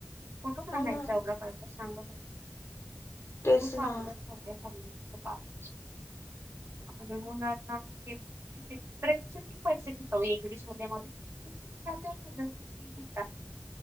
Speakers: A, on the right (about 65°); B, on the left (about 75°).
A: कुठून
B: हा
A: आणायचा
B: ना
A: एवढं पैसा सांगा बघू?
B: तेच
A: खूप
B: ना
A: अवघड झालंय हल्ली खूप अवघड म्हणजे मुलांना ड्रेसचे पण पैसे घेतात इंग्लिश मीडियम मध्ये <inaudible> घेतात